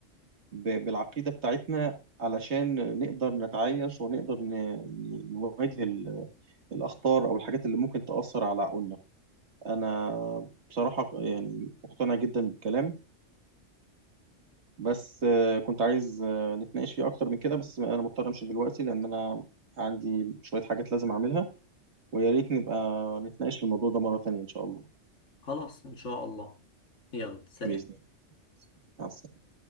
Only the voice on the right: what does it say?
ب- بالعقيدة بتاعتنا علشان نقدر نتعايش ونقدر ن- ن- نواجه ال- الأخطار أو الحاجات اللي ممكن تأثر على عقولنا انا بصراحة يعني مقتنع جدا بالكلام بس آه، كنت عايز آه، نتناقش فيه اكتر من كده بس انا مضطر امشي دلوقتي لان انا عندي شوية حاجات لازم اعملها ويا ريت نبقى نتناقش في الموضوع ده مرة تانية ان شاء الله
بإذن الله مع السلامة